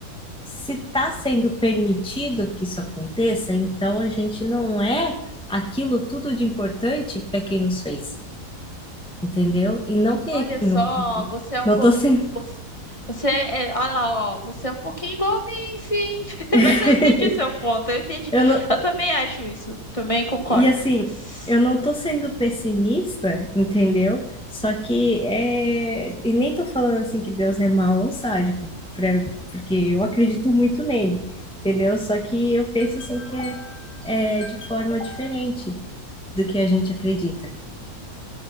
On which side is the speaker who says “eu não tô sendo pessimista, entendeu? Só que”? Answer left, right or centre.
Centre